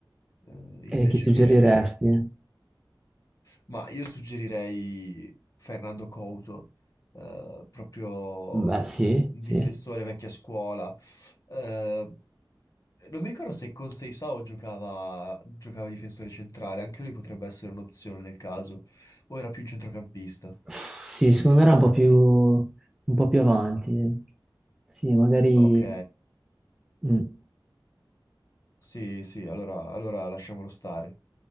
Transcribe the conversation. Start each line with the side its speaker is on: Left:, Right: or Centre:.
Left: eh, invece
Centre: E chi suggeriresti?
Left: che, che- Ma io suggerirei Fernando Couto, eh, proprio
Centre: Beh, sì,
Left: un un
Centre: sì.
Left: difensore vecchia scuola. Eh, non mi ricordo se con Seisao giocava, giocava difensore centrale, anche lui potrebbe essere un'opzione nel caso, o era più un centrocampista.
Centre: Sì, secondo me era un po' più, un po' più avanti. Sì, magari...
Left: Ok.
Centre: mm.
Left: Sì, sì, allora, allora lasciamolo stare.